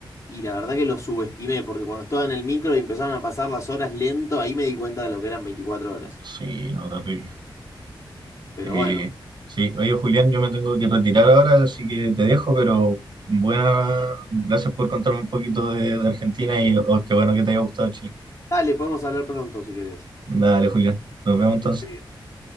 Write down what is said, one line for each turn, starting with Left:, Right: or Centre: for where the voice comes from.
Left: y la verdad que lo subestimé, porque cuando estaba en el micro y empezaron a pasar las horas lento, ahí me di cuenta de lo que eran 24 horas.
Right: Sí, no, terrible.
Left: Pero
Right: Eh,
Left: bueno,
Right: sí, oye, Julián, yo me tengo que retirar ahora, así que te dejo, pero buena, gracias por contarme un poquito de, de Argentina y oh, qué bueno que te haya gustado Chile.
Left: dale, podemos hablar pronto si querés.
Right: Dale, Julián, nos vemos entonces.
Left: Que estés bien.